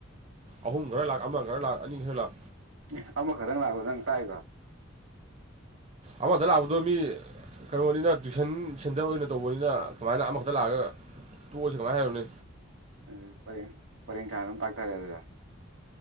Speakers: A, on the right; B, on the right.
A: ꯑꯍꯨꯝ ꯈꯔ ꯂꯥꯛ ꯑꯃ ꯈꯔ ꯂꯥꯛ ꯑꯅꯤ ꯈꯔ ꯂꯥꯛ
B: ꯑꯦ ꯑꯃꯈꯛꯇꯪ ꯂꯥꯛꯄꯗꯨ ꯅꯪ ꯇꯥꯛꯏꯕ
A: ꯑꯃꯗ ꯂꯥꯛꯄꯗꯣ ꯃꯤ ꯀꯩꯅꯣꯅꯤꯅ ꯇꯨꯏꯁꯟ ꯁꯦꯟꯇꯔ ꯑꯣꯏꯅ ꯇꯧꯕꯅꯤꯅ ꯀꯃꯥꯏꯅ ꯑꯃꯈꯛꯇ ꯂꯥꯛꯑꯒ ꯇꯣꯛꯑꯁꯤ ꯀꯃꯥꯏꯅ ꯍꯥꯏꯔꯨꯅꯤ
B: ꯎꯝ ꯄꯔꯦꯡ ꯄꯔꯦꯡ ꯁꯥꯅ ꯑꯗꯨꯝ ꯇꯥꯛꯊꯔꯦ ꯑꯗꯨꯗꯤ